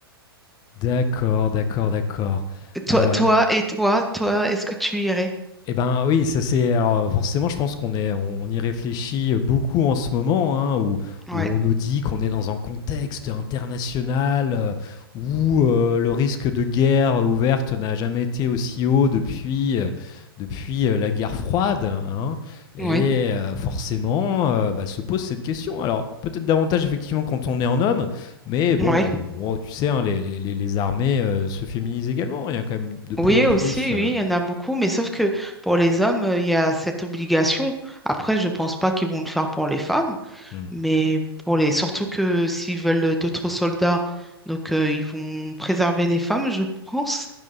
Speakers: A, on the left; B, in the centre.
A: D'accord, d'accord, d'accord.
B: Et Toi,
A: Heu
B: toi et toi, toi, est-ce que tu irais?
A: Eh ben oui, ça c'est alors forcément, je pense qu'on est, on, on y réfléchit beaucoup en ce moment, hein, où,
B: Ouais,
A: où on nous dit qu'on est dans un contexte international euh, où euh, le risque de guerre ouverte n'a jamais été aussi haut depuis, euh, depuis euh, la guerre froide, hein. et
B: oui,
A: euh, forcément euh, bah, se pose cette question. Alors peut-être davantage effectivement quand on est en homme, mais bon,
B: oui.
A: on- tu sais, hein, les, les- les- les armées euh, se féminisent également, il y a quand même de plus
B: Oui,
A: en plus.
B: aussi, oui,
A: euh,
B: il y en a beaucoup, mais sauf que pour les hommes, euh, il y a cette obligation. Après, je pense pas qu'ils vont le faire pour les femmes,
A: hmm.
B: mais pour les, surtout que s'ils veulent d'autres soldats, donc euh, ils vont préserver les femmes, je <laughs> pense.